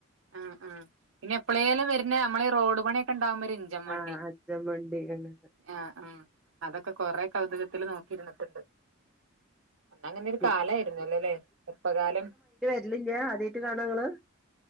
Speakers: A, on the right (about 65°); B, in the centre.
A: ആഹ് ആഹ് പിന്നെ എപ്പളേലും വെരുന്ന അമ്മളേ ഈ റോഡ് പണി ഒക്കെ എണ്ടാവുമ്പ ഒരു ഇഞ്ചൻ വണ്ടി
B: ആഹ് അഞ്ചൻ വണ്ടി അങ്ങനെ
A: ആഹ് ആഹ് അത് ഒക്കെ കൊറെ കൗതുകത്തില് നോക്കി ഇരുന്നിട്ട്ണ്ട് അന്നങ്ങനെ ഒരു
B: ഉം
A: കാലായിരുന്നു അല്ലേല്ലേ ചെറുപ്പകാലം
B: തില്ലില്ല്യ ആദ്യായിട്ട് കാണാ ഇങ്ങള്